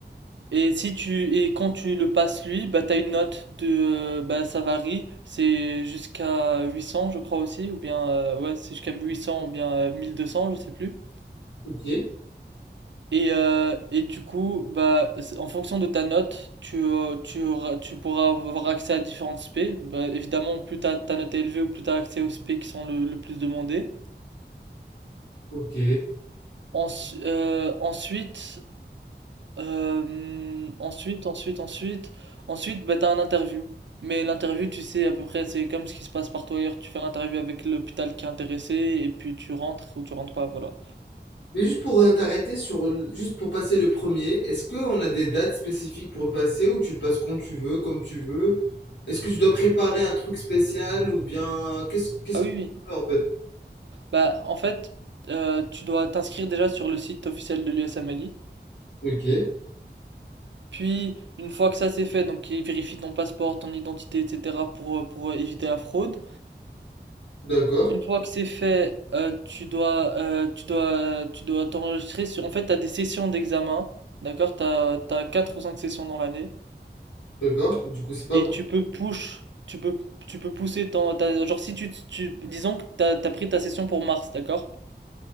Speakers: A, on the right; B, on the left.
A: Et si tu et quand tu le passes lui, bah t'as une note de euh, bah ça varie, c'est jusqu'à 800 je crois aussi ou bien euh, ouais, c'est jusqu'à 800 ou bien euh, 1200 je sais plus.
B: ok,
A: Et euh, et du coup, bah c'est- en fonction de ta note, tu euh, tu auras- tu pourras avoir accès à différentes spé. Bah évidemment, plus ta ta note est élevée ou plus t'as accès aux spé qui sont le le plus demandés.
B: ok.
A: Ensu- euh, ensuite, euh, ensuite, ensuite, ensuite, ensuite, bah, t'as un interview. Mais l'interview, tu sais, à peu près, c'est comme ce qui se passe partout ailleurs. Tu fais l'interview avec l'hôpital qui est intéressé et puis tu rentres ou tu rentres pas, voilà.
B: Mais juste pour euh, t'arrêter sur, l- juste pour passer le premier, est-ce qu'on a des dates spécifiques pour le passer ou tu le passes quand tu veux, comme tu veux? Est-ce que tu dois préparer un truc spécial ou bien qu'est-ce qu'est-ce
A: Ah oui,
B: que tu
A: oui.
B: fais en fait?
A: Bah, en fait, euh, tu dois t'inscrire déjà sur le site officiel de l'USMLI.
B: Ok,
A: Puis, une fois que ça c'est fait, donc ils vérifient ton passeport, ton identité, etc. pour, euh, pour euh, éviter la fraude.
B: d'accord,
A: Une fois que c'est fait, euh, tu dois, euh, tu dois, tu dois t'enregistrer sur. En fait, t'as des sessions d'examen, d'accord? T'as, t'as quatre ou cinq sessions dans l'année,
B: d'accord. Du coup, c'est pas
A: et
B: bon.
A: tu peux push, tu peux, tu peux pousser ton, ta- genre si tu, tu, disons que t'as, t'as pris ta session pour mars, d'accord?